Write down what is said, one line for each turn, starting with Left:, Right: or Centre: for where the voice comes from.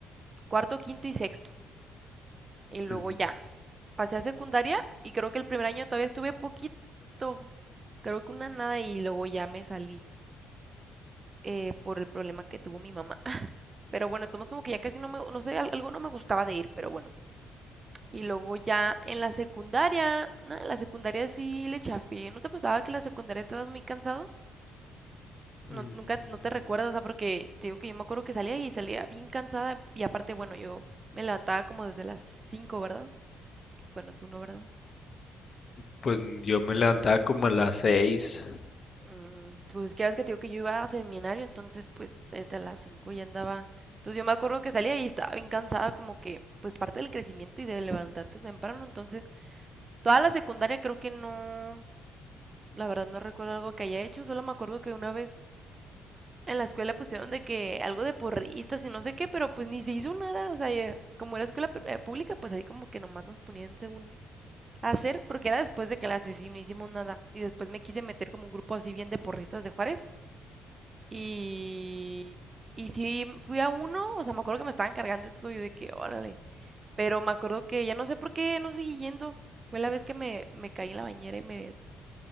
Right: cuarto, quinto y sexto. Y luego
Left: Ujú.
Right: ya, pasé a secundaria y creo que el primer año todavía estuve poquito. Creo que una nada y luego ya me salí. eh, por el problema que tuvo mi mamá. <laughs> Pero bueno, tomamos como que ya casi no me, no sé, algo no me gustaba de ir, pero bueno. Y luego ya en la secundaria, no, en la secundaria sí le chafié. ¿No te pasaba que en la secundaria estabas muy cansado? No,
Left: Mm,
Right: nunca, no te recuerdas, o sea, porque te digo que yo me acuerdo que salía y salía bien cansada y aparte, bueno, yo me levantaba como desde las 5, ¿verdad? Bueno, tú no, ¿verdad?
Left: Pues yo me levantaba como a las seis.
Right: Mm, Pues que ya ves que te digo que yo iba a seminario, entonces pues desde las 5 ya andaba. Entonces yo me acuerdo que salía y estaba bien cansada, como que pues parte del crecimiento y de levantarte temprano. Entonces toda la secundaria creo que no, la verdad no recuerdo algo que haya hecho, solo me acuerdo que una vez en la escuela pusieron de que algo de porristas y no sé qué, pero pues ni se hizo nada. O sea, ya- como era escuela pu- eh, pública, pues ahí como que nomás nos ponían según hacer, porque era después de clases y no hicimos nada. Y después me quise meter como un grupo así bien de porristas de Juárez. Y, y sí, fui a uno, o sea, me acuerdo que me estaban cargando y todo, y de que, órale. Pero me acuerdo que ya no sé por qué no seguí yendo. Fue la vez que me, me caí en la bañera y me,